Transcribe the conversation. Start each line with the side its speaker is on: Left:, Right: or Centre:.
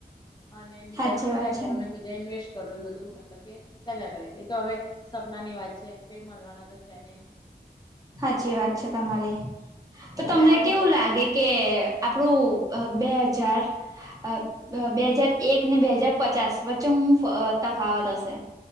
Left: અને બીજા
Right: સાચી
Left: ખર્ચા
Right: વાત
Left: કરુ
Right: છે.
Left: બીજા ઇન્વેસ્ટ કરુ એ બધું મતલબ કે ચાલ્યા કરે એ તો હવે સપના ની વાત છે, કઈ મળવાના તો છે, નય
Right: હાચી વાત છે, તમારી તો
Left: તમે
Right: તમને
Left: આવો
Right: કેવું લાગે કે આપણું બે હજાર અ બે હાજાર એક ને બે હાજાર પચાસ વચ્ચે હું અ તફાવત હશે